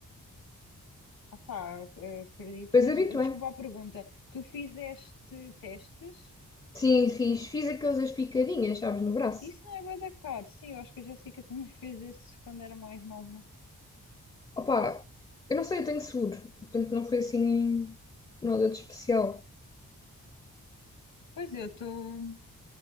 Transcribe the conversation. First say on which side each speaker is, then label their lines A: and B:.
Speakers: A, on the left; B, on the left.
A: Opá, eu acredito,
B: Depois
A: mas
B: habituei
A: eh, desculpa a pergunta. Tu fizeste testes?
B: Sim, fiz, fiz aqueles picadinhas, sabes, no braço.
A: Isso não é bué da caro. Sim, eu acho que a Jéssica também <laughs> fez esses quando era mais nova.
B: Opa, eu não sei, eu tenho seguro, portanto não foi assim nada de especial.
A: Pois eu estou,